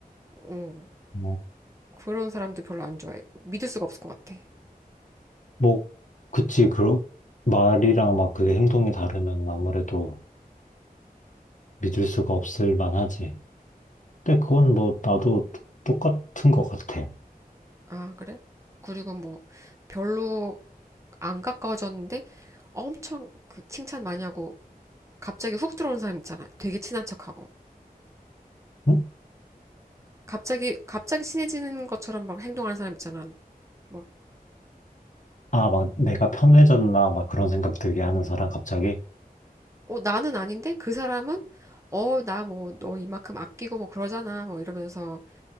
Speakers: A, on the right; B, on the left.
A: 어,
B: 뭐,
A: 그런 사람도 별로 안 좋아해. 믿을 수가 없을 것 같아.
B: 뭐, 그치. 그러, 말이랑 막 그게 행동이 다르면 아무래도 믿을 수가 없을 만하지. 근데 그건 뭐, 나도 똑- 똑같은 것 같아.
A: 아, 그래? 그리고 뭐, 별로 안 가까워졌는데, 엄청 그 칭찬 많이 하고 갑자기 훅 들어오는 사람 있잖아. 되게 친한 척하고.
B: 응?
A: 갑자기, 갑자기 친해지는 것처럼 막 행동하는 사람 있잖아. 막,
B: 아, 막 내가 편해졌나? 막 그런 생각 들게 하는 사람 갑자기?
A: 어, 나는 아닌데? 그 사람은, 어, 나 뭐, 너 이만큼 아끼고 뭐 그러잖아. 뭐 이러면서